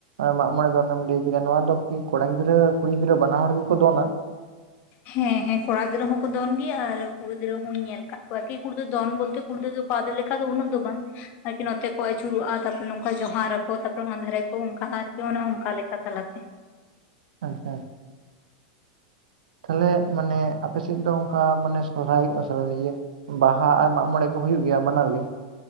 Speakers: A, on the right; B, on the left.
A: ᱢᱟᱜ ᱢᱚᱬᱮ ᱫᱚᱱᱮᱢ ᱞᱟᱹᱭ ᱠᱮᱫᱟ ᱱᱚᱣᱟ ᱫᱚ ᱠᱤ ᱠᱚᱲᱟ ᱜᱤᱫᱽᱨᱟᱹ ᱠᱩᱲᱤ ᱜᱤᱫᱽᱨᱟᱹ ᱵᱟᱱᱟ ᱦᱚᱲ ᱜᱮᱠᱚ ᱫᱚᱱᱟ?
B: ᱦᱮᱸ ᱦᱮᱸ ᱠᱚᱲᱟ ᱜᱤᱫᱽᱨᱟᱹ ᱦᱚᱸᱠᱚ ᱫᱚᱱ ᱜᱮᱭᱟ ᱟᱨ ᱠᱩᱲᱤ ᱜᱤᱫᱽᱨᱟᱹ ᱦᱚᱧ ᱧᱮᱞ ᱠᱟᱜ ᱠᱚᱣᱟ ᱠᱤ ᱠᱩᱲᱤ ᱫᱚᱱ ᱵᱚᱞᱛᱮᱼᱼ ᱠᱩᱲᱤ ᱜᱤᱫᱽᱨᱟᱹ ᱫᱚ ᱠᱚᱲᱟ ᱜᱤᱫᱽᱨᱟᱹ ᱞᱮᱠᱟ ᱫᱚ ᱩᱱᱟᱹᱜ ᱫᱚ ᱵᱟᱝ, ᱟᱨᱠᱤ ᱱᱚᱛᱮ ᱠᱚ ᱟᱹᱪᱩᱨᱚᱜ-ᱟ, ᱛᱟᱯᱚᱨᱮ ᱱᱚᱝᱠᱟ ᱡᱚᱦᱟᱨ ᱟᱠᱚ ᱛᱟᱨ ᱯᱚᱨᱮ ᱚᱱᱟᱫᱷᱟᱨᱮ ᱠᱚ ᱚᱱᱠᱟᱜ-ᱟ ᱟᱨᱠᱤ ᱚᱱᱮ ᱚᱱᱠᱟ ᱞᱮᱠᱟ ᱛᱟᱞᱟᱛᱮᱼᱼ
A: ᱟᱪᱪᱷᱟᱼᱼ
B: <inaudible>
A: ᱛᱟᱞᱮ ᱢᱟᱱᱮ ᱟᱯᱮ ᱥᱮᱫ ᱫᱚ ᱚᱱᱠᱟ ᱢᱟᱱᱮ ᱥᱚᱨᱦᱟᱭ <unintelligible> ᱤᱭᱟᱹᱼᱼ ᱵᱟᱦᱟ ᱟᱨ ᱢᱟᱜ-ᱢᱚᱬᱮ ᱠᱚ ᱦᱩᱭᱩᱜ ᱜᱮᱭᱟ ᱵᱟᱱᱟᱨ ᱜᱮ?